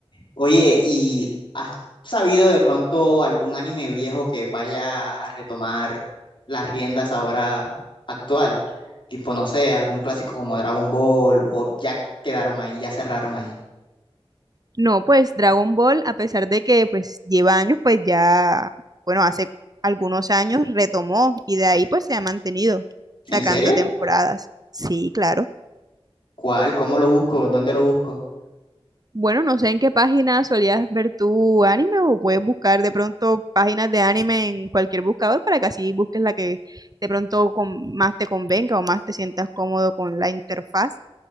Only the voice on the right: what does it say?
No, pues Dragon Ball, a pesar de que pues lleva años, pues ya, bueno, hace algunos años retomó y de ahí pues se ha mantenido
sacando
temporadas. Sí, claro.
Bueno, no sé en qué página solías ver tu anime o puedes buscar de pronto páginas de anime en cualquier buscador para que así busques la que de pronto con- más te convenga o más te sientas cómodo con la interfaz.